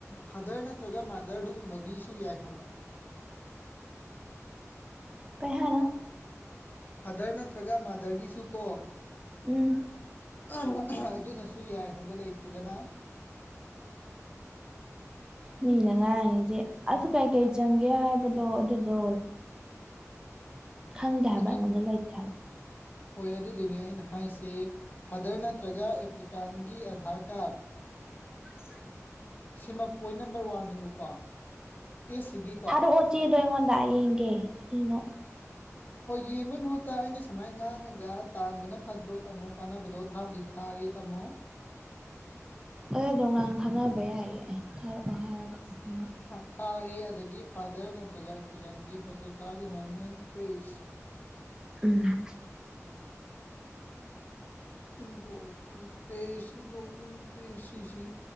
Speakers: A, on the left; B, on the right.
A: ꯐꯥꯗꯔ ꯅꯠꯇ꯭ꯔꯒ ꯃꯥꯗꯔ ꯗꯨꯒꯨꯝꯕꯒꯤꯁꯨ ꯌꯥꯏ ꯍꯥꯏꯕ
B: ꯀꯩ ꯍꯥꯏꯅꯣ
A: ꯐꯗꯔ ꯅꯠꯇ꯭ꯔꯒ ꯃꯥꯗꯔꯒꯤꯁꯨꯀꯣ
B: ꯎꯝ
A: <unintelligible> ꯑꯗꯨꯅꯁꯨ ꯌꯥꯏ ꯍꯥꯏꯕ ꯂꯩꯇ꯭ꯔꯒꯅ
B: ꯃꯤꯅ ꯉꯥꯡꯉꯤꯁꯦ ꯑꯗꯨ ꯀꯩꯀꯩ ꯆꯪꯒꯦ ꯍꯥꯏꯕꯗꯣ ꯑꯗꯨꯗꯣ ꯈꯪꯗꯦ ꯍꯥꯏꯕ
A: ꯑꯗꯨ
B: ꯑꯩꯉꯣꯟꯗ ꯂꯩꯇꯦ ꯍꯥꯏꯕ
A: ꯍꯣꯏ ꯑꯗꯨꯗꯨꯅꯦ ꯑꯩꯅ ꯍꯥꯏꯁꯦ ꯐꯥꯗꯔ ꯅꯠꯇ꯭ꯔꯒ ꯑꯦꯄ꯭ꯂꯤꯀꯥꯟꯒꯤ ꯑꯙꯥꯔ ꯀꯥꯔꯠ
B: <inaudible>
A: ꯁꯤꯃ ꯄꯣꯏꯟ ꯅꯝꯕꯔ ꯋꯥꯟꯅꯤꯕꯀꯣ ꯑꯦꯁ ꯁꯤꯒꯤ
B: ꯊꯥꯔꯛꯑꯣ ꯆꯦꯗꯣ ꯑꯩꯉꯣꯟꯗ ꯌꯦꯡꯒꯦ ꯀꯔꯤꯅꯣ
A: ꯍꯣꯏ ꯌꯦꯡꯕꯩ ꯃꯍꯨꯠꯇ ꯑꯩꯅ ꯁꯨꯃꯥꯏ ꯉꯥꯡꯉꯒ ꯇꯥꯟꯕꯅ ꯐꯠꯇ꯭ꯔꯣ ꯇꯥꯃꯣ ꯀꯥꯟꯅꯕꯗꯣ ꯊꯥꯕꯨꯗꯤ ꯊꯥꯔꯦ ꯇꯥꯃꯣ
B: ꯑꯗꯨꯗꯣ ꯉꯥꯡ ꯈꯟꯅꯕ ꯌꯥꯏꯌꯦ ꯊꯥꯔꯛꯑꯣ ꯍꯥꯏꯔꯒ ꯃꯤꯅ
A: ꯊꯥꯔꯦ ꯑꯗꯒꯤ ꯐꯥꯗꯔ ꯅꯠꯇ꯭ꯔꯒ ꯑꯦꯄ꯭ꯂꯤꯀꯥꯟꯒꯤ voter card enrolment paste
B: um
A: enrolment paste enrolment ꯄꯦ ꯁꯤꯁꯤ